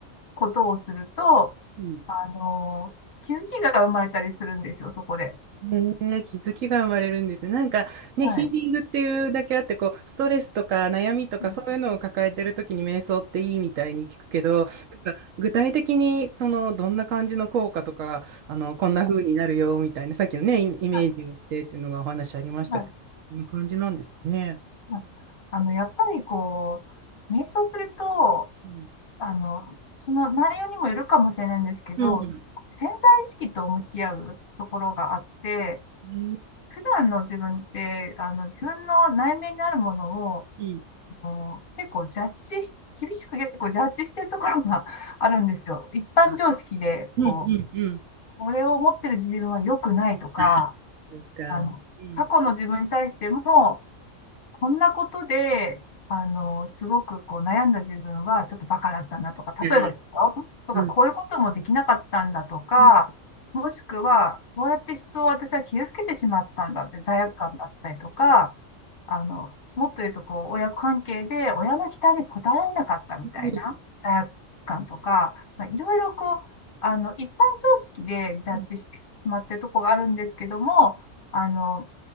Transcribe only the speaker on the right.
うん。
へえ、気づきが生まれるんですね。なんかね、
ヒーリングっていうだけあって、こう、ストレスとか悩みとかそういうのを抱えてるときに瞑想っていいみたいに聞くけど、
なんか具体的にその、どんな感じの効果とか、あの、こんな風になるよみたいな、さっきのね、イイメージをしてっていうのがお話ありましたけど、
こんな感じなんですかね。
うん。
うん。
うん。
うん。
あうん。
うん。うん。
あ、そうか。
うん。
うん。
うん。
うん。
うん。
うん。